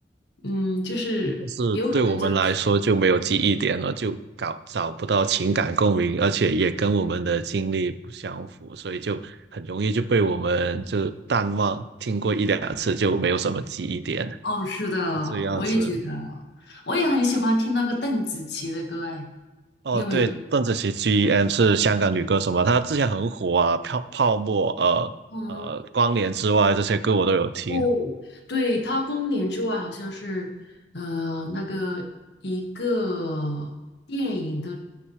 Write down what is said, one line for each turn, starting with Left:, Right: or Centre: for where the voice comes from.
Left: 嗯，就是有可能就是。
Right: 但是对我们来说就没有记忆点了，
Left: 嗯。
Right: 就搞找不到情感共鸣，而且也跟我们的经历不相符，所以就很容易就被我们就淡忘，听过一两次就没有什么记忆点，
Left: 哦，是的，
Right: 是这样子。
Left: 我也觉得，我也很喜欢听那个邓紫棋的歌，哎，
Right: 哦，
Left: 你有没有？
Right: 对，邓紫棋 GEM 是香港女歌手嘛，她之前很火啊，泡泡沫，呃呃，
Left: 嗯，
Right: 光年之外这些歌我都有听，
Left: 哦，对，她《公年之外》好像是，呃，那个一个电影的